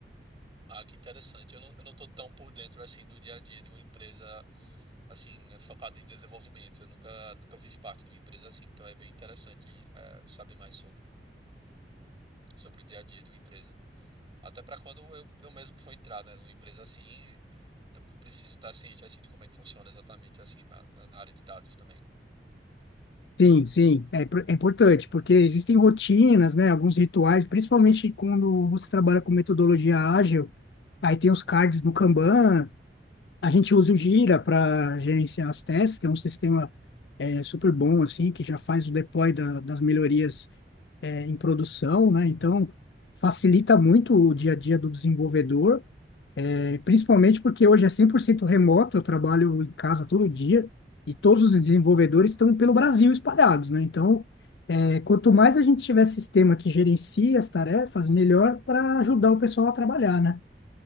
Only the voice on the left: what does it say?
Sim, sim, é, pro- é importante, porque existem rotinas, né, alguns rituais, principalmente quando você trabalha com metodologia ágil, aí tem os cards no Kanban, a gente usa o Jira para gerenciar as testes, que é um sistema é, super bom, assim, que já faz o deploy da- das melhorias é, em produção, né? Então, facilita muito o dia a dia do desenvolvedor, é, principalmente porque hoje é 100% remoto, eu trabalho em casa todo dia e todos os desenvolvedores estão pelo Brasil espalhados, né? Então, é, quanto mais a gente tiver sistema que gerencie as tarefas, melhor para ajudar o pessoal a trabalhar, né?